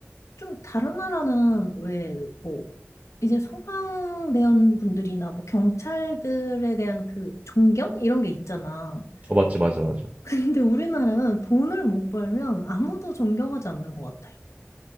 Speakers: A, on the left; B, on the right.
A: 좀 다른 나라는 왜 뭐 이제 소방대원 분들이나 뭐 경찰들에 대한 그 존경 이런 게 있잖아.
B: 어, 맞지, 맞아, 맞아.
A: <laughs> 근데 우리나라는 돈을 못 벌면 아무도 존경하지 않는 것 같아.